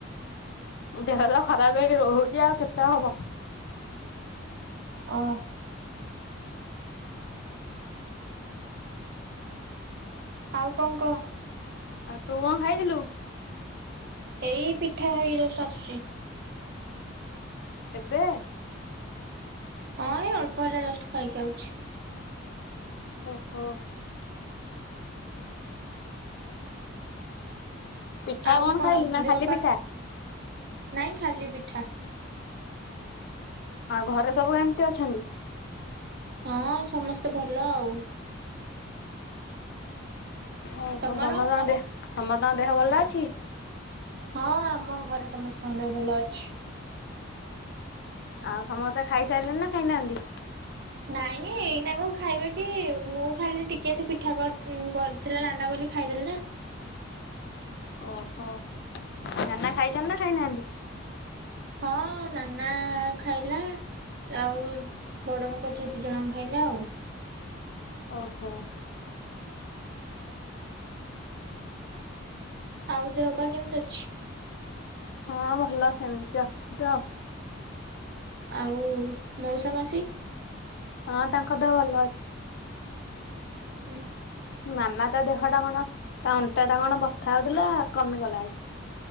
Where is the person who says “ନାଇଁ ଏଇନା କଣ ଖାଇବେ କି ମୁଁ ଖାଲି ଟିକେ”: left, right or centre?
Right